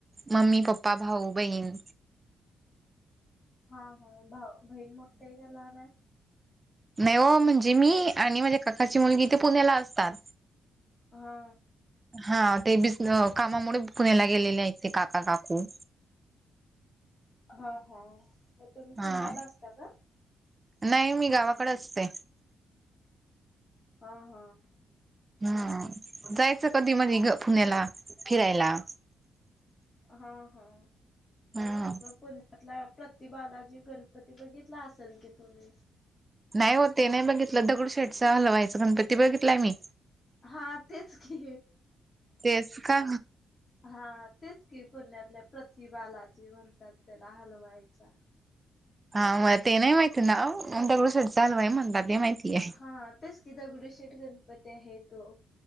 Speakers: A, on the right; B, on the left.
A: मम्मी पप्पा, भाऊ बहीण.
B: हा हा भाऊ बहीण मोठे का लहान आहे?
A: नाही हो, म्हणजे मी आणि माझ्या काकाची मुलगी ते पुण्याला असतात.
B: हा.
A: हा ते बिसन कामामुळेच पुण्याला गेलेले आहेत ते काका काकू
B: हा हा मग तुम्ही
A: हा
B: पुण्याला असता का?
A: नाही मी गावाकडे असते.
B: हा हा <unintelligible>
A: हा जायचं कधी मधी ग पुण्याला फिरायला.
B: हा हा
A: ह
B: मग पु <inaudible> त्यातला प्रति बालाजी गणपती बघितला असेल की तुम्ही.
A: नाही हो ते नाही बघितलं दगडुशेठचा हलवायचं गणपती बघितलाय मी.
B: हा तेच की
A: तेच का
B: हा तेच की पुण्यातल्या प्रति बालाजी म्हणतात त्याला हलवायचा.
A: हा व्हय ते नाही माहिती नाव दगडुशेठ चांगला आहे म्हणतात ते माहितीय.
B: हा तेच कि दगुडूशेठ गणपती आहे तो